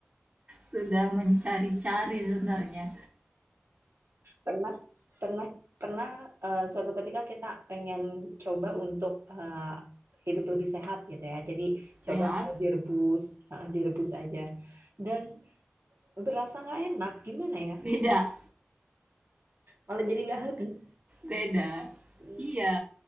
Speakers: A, on the right; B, on the right.
A: sudah mencari-cari sebenarnya.
B: pernah pernah pernah eh, suatu ketika kita pengen coba untuk eh, hidup lebih sehat gitu ya. Jadi
A: Sehat,
B: coba eh, direbus, eh, direbus aja. Dan berasa nggak enak, gimana ya?
A: Beda,
B: Malah jadi nggak habis.
A: beda.
B: Mm,
A: Iya,